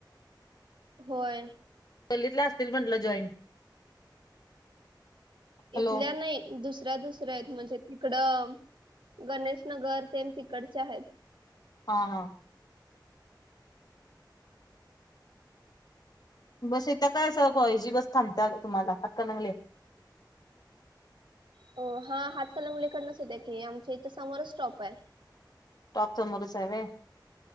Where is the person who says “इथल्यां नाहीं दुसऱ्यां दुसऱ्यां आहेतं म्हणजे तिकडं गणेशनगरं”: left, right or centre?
Right